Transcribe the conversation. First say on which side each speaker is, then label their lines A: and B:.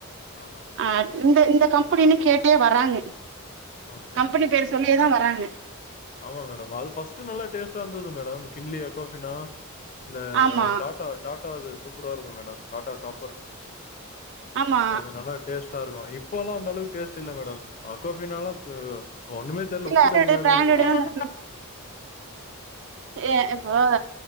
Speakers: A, on the left; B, on the right.
A: ஆ மேடம்
B: அட் இந்த இந்த கம்பெனின்னு கேட்டே வராங்க
A: ஓகே
B: கம்பெனி
A: ஓகே
B: பேரு சொல்லியேதா வராங்க
A: ஆமா மேடம் அது ஃபர்ஸ்ட் நல்லா டேஸ்ட்டா இருந்தது மேடம் கிண்டலி அக்வாஃபினா இந்த
B: ஆமா
A: டாடா டாடா அது சூப்பரா இருக்கு மேடம் டாடா காப்பர்
B: ஆமா
A: அது நல்ல டேஸ்ட்டா இருக்கு இப்போல்லா அந்த அளவுக்கு டேஸ்ட் இல்ல மேடம் அக்வாஃபீனாலா <unintelligible> ஒன்னுமே தெர்ல உப்பு
B: இல்ல
A: தண்ணி மாரி
B: பிராண்டடுனா
A: தா வருது
B: ஏ இப்போ